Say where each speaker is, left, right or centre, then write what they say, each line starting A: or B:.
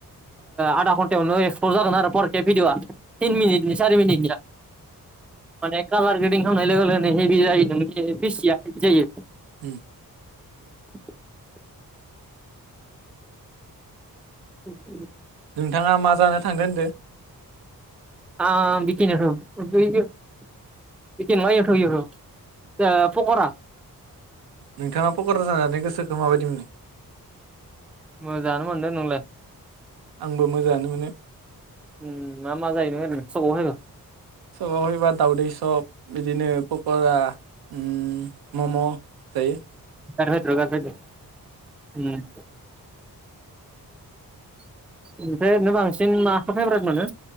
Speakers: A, in the centre; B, on the right.
A: आधा घन्टायावनो एक्सप जागोन आरो परके भिडिअआ तिन मनिटनि चारि मनिटनि माने कालार गेदिं खालामनाय लोगो लोगो माने हेभि जायो नों फिसिया जायो
B: उम
A: <inaudible> उम
B: नोंथाङा मा जानो थांदो होनदों
A: आ बिखन बिख पक'र <unintelligible>
B: नोंथाङा पकरा जानानै गोसोखौ माबायदि मोनो?
A: मोजाङानो मोनदों नोंलाय
B: आंबो मोजाङानो मोनो
A: ओम मा मा जायोनो सगाव होनो
B: सगाव फैबा दाउदै सब बिदिनो पक'रा ओम मम' जायो
A: <unintelligible> ओम ओमफ्राय ओरैनो बांसिन माखौ फेभ्रेट मोनो